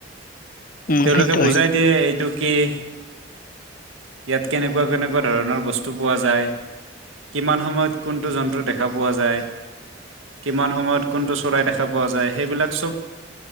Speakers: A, on the left; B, on the right.
A: উম,
B: তেওঁলোকে
A: সেইটো হয়
B: বুজাই দিয়ে এইটো কি, ইয়াত কেনেকুৱা- কেনেকুৱা ধৰণৰ বস্তু পোৱা যায়। কিমান সময়ত কোনটো জন্তু দেখা পোৱা যায়, কিমান সময়ত কোনটো চৰাই দেখাব, পোৱা যায় সেইবিলাক চব